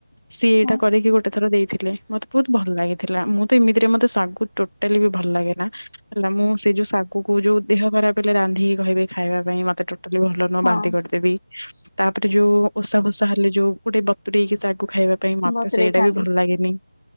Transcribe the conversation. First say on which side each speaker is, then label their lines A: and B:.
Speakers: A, on the left; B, on the left.
A: ସିଏ ଏଇଟା
B: ହଁ
A: କରିକି ଗୋଟେ ଥର ଦେଇଥିଲେ ମତେ ବହୁତ ଭଲ ଲାଗିଥିଲା ମୁଁ ତ ଏମିତିରେ ମତେ ଶାଗୁ ଟୋଟାଲି ବି ଭଲ ଲାଗେନା। ହେଲା ମୁଁ ସେଇ ଯୋଉ ଶାଗୁକୁ ଯୋଉ ଦେହ ଖରାପ ହେଲେ ରାନ୍ଧିକି କହିବେ ଖାଇବା ପାଇଁ ମତେ ଟୋ ଲି ଭଲ ନୁହଁ
B: ହଁ
A: ବାନ୍ତି କରିଦେବି। ତାପରେ ଯୋଉ ଓସା ଫୋଷା ହେଲେ ଯୋଉ ଗୋଟେ ବତୁରେଇକି ଶାଗୁ ଖାଇବା ପାଇଁ ମତେ
B: ବତୁରେଇ
A: ସେଇଟା
B: ଖାଆନ୍ତି
A: ବି ଭଲ ଲାଗେନି